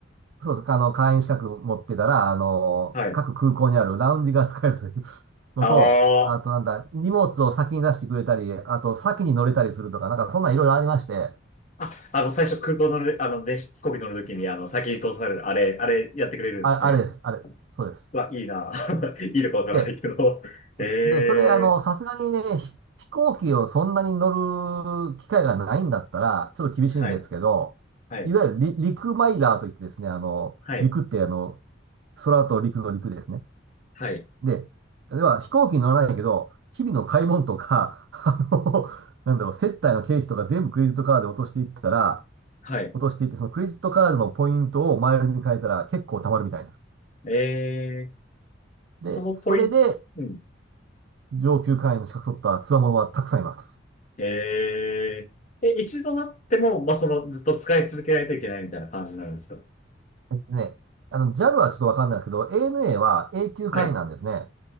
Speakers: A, on the right; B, on the left.
A: そうそう、あの、会員資格持ってたら、あのー各空港にあるラウンジが使えるという
B: はい。
A: <laughs> のと、
B: あ
A: あとなんだ、荷物を先に出してくれたり、あと先に乗れたりするとか、なんかそんなんいろいろありまして、
B: あ、あ、あの、最初空港乗る、あの、で、飛行機乗るときに、あの、先に通される、あれ、あれやってくれるんですね。
A: あ、あれです、あれ、そうです。
B: うわ、いいな。<laughs> いいのかわからないけど。
A: で、
B: ええ
A: で、それ、あの、さすがにね、ひ飛行機をそんなに乗る機会がないんだったら、ちょっと厳しいんですけど、
B: はい、はい、
A: いわゆるり陸マイラーといってですね、あの、
B: はい、
A: 陸ってあの、空と陸と陸ですね。
B: はい、
A: で、では飛行機に乗らないけど、日々の買い物とか、<laughs> あの、なんだろう、接待の経費とか全部クレジットカードで落としていったら、
B: はい。
A: 落としていって、そのクレジットカードのポイントをマイルに変えたら結構貯まるみたいな。
B: ええ
A: で、
B: そのポイント、
A: それで
B: うん。
A: 上級会員の資格取った強者はたくさんいます。
B: えええ、一度なっても、まあ、その、ずっと使い続けないといけないみたいな感じになるんですか
A: ね、あの、JAL はちょっとわかんないですけど、ANA は永久会員なんですね。
B: はい